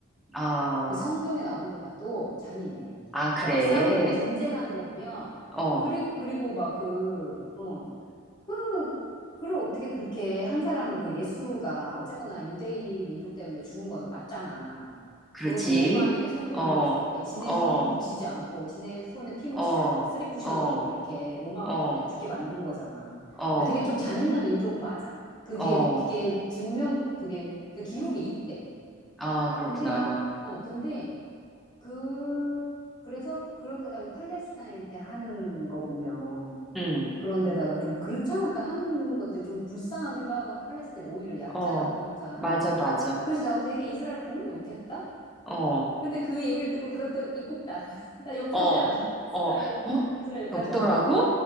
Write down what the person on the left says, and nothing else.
그 성경에 나오는 거 봐도 잔인해.
그러니까 막 싸우, 어, 전쟁하는 거 보면,
그리, 그리고 막 그, 어, 그, 그걸 어떻게 그렇게 한 사람을 그 예수가 어쨌거나 유대인 민족 때문에 죽은 거는 맞잖아.
그것도 로마인의 손을
빌려서 이렇게 지네
손 묻히지 않고 지네 손에 피 묻히지
않고 이 쓰리 쿠션으로
또 이렇게 로마한테
주게 만든 거잖아.
그러니까 되게 좀 잔인한 민족은 맞아. 그게
그게 증명 그게 그 기록에 있대.
근데 어 근데 그 그래서 그런데다가 이 팔레스타인한테 하는 거 보면
그런데다가 좀 그렇잖아. 그 하는 것들 좀 불쌍하기도 하고 팔레스타인이 오히려 약자다
보니까.
그래서 나도 되게 이스라엘을 겁나 욕했다.
근데 그 얘기를 듣고 그다음부터 입국 나, <laughs> 나 욕하지
않아. <laughs>
이스라엘, 이스라엘 욕하지
않아.